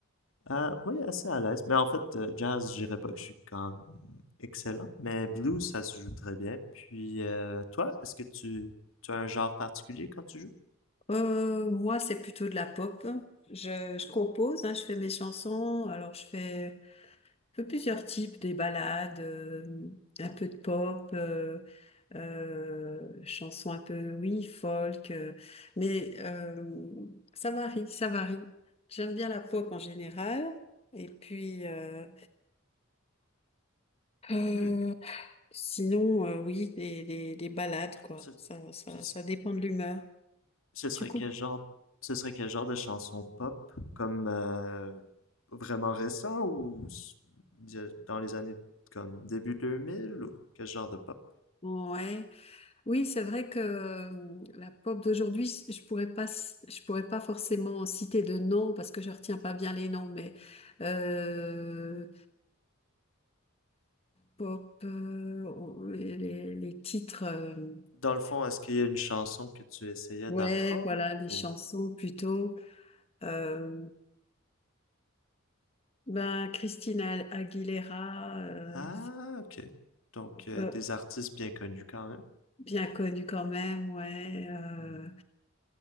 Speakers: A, on the left; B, on the left.
A: Euh, oui, assez à l'aise, mais en fait, euh, jazz, je dirais pas que je suis quand même excellent, mais blues, ça se joue très bien. Puis, euh, toi, est-ce que tu, tu as un genre particulier quand tu joues?
B: Euh, moi, c'est plutôt de la pop. Je, je compose, hein, je fais mes chansons. Alors, je fais Un peu plusieurs types, des balades, euh, un peu de pop, euh, euh, chansons un peu, oui, folk, euh, mais euh, ça varie, ça varie. J'aime bien la pop en général, et puis euh, euh,
A: Hmm.
B: sinon, euh, oui, des, des, des balades, quoi.
A: Ce,
B: Ça, ça,
A: puis ce-
B: ça dépend de l'humeur.
A: ce serait
B: Tu comprends.
A: quel genre, ce serait quel genre de chanson pop, comme euh, vraiment récent ou s- de- dans les années comme début 2000 ou quel genre de pop?
B: Ouais. Oui, c'est vrai que euh, la pop d'aujourd'hui, je pourrais pas, je pourrais pas forcément citer de noms parce que je retiens pas bien les noms, mais euh, pop, euh, on- les, les- les titres, euh,
A: Dans le fond,
B: c'est-
A: est-ce qu'il y a une chanson que tu essayais
B: ouais,
A: d'apprendre
B: voilà, les
A: ou...
B: chansons plutôt. Euh, ben Christina Aguilera, euh,
A: Ah, ok. Donc, euh,
B: euh,
A: des artistes bien connus quand même.
B: bien connue quand même, ouais. euh,
A: Mhm.